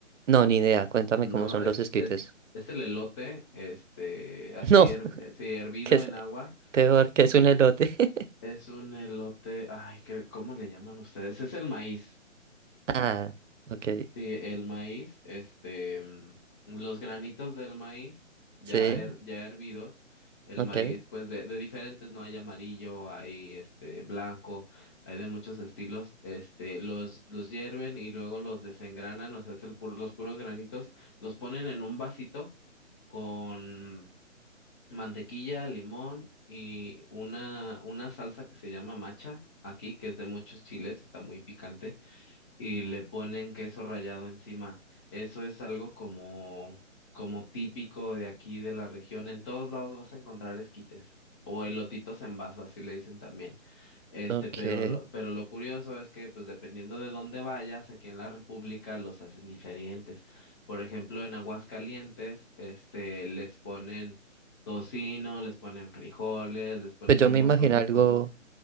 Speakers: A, on the right; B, on the left.
A: No, ni idea. Cuéntame
B: No,
A: cómo son
B: es,
A: los esquites.
B: es,
A: <laughs>
B: es el elote, este, así,
A: No,
B: her- eh, sí, hervido
A: que es
B: en agua.
A: peor que es un elote. <laughs>
B: Es un elote, ay, creo- ¿cómo le llaman ustedes? Es el maíz.
A: Ah, ok.
B: Sí, el maíz, este, mm, los granitos del maíz ya,
A: Sí,
B: her- ya hervidos, el
A: ok,
B: maíz pues de, de diferentes, ¿no? Hay amarillo, hay este blanco, hay de muchos estilos, este, los, los hierven y luego los desengranan, o sea, es el pu- los puros granitos, los ponen en un vasito con mantequilla, limón y una, una salsa que se llama macha aquí, que es de muchos chiles, está muy picante y le ponen queso rallado encima. Eso es algo como, como típico de aquí de la región. En todos lados vas a encontrar esquites o elotitos en vaso, así le dicen también. Este,
A: ok.
B: pero lo, pero lo curioso es que, pues dependiendo de dónde vayas, aquí en la República los hacen diferentes. Por ejemplo, en Aguascalientes, este, les ponen tocino, les ponen frijoles, les ponen
A: Pues yo
B: un
A: me
B: montón
A: imagino
B: de
A: algo,
B: cosas.